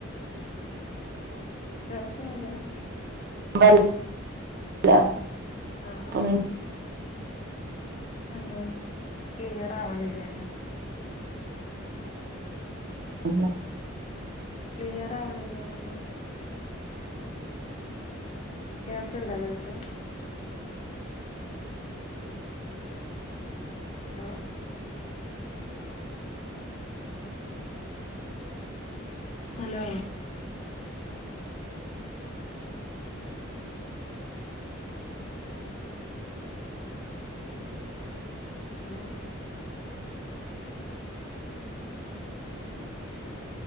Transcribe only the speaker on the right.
<inaudible>
അപ്പൊ പിന്നെ
ഇല്ല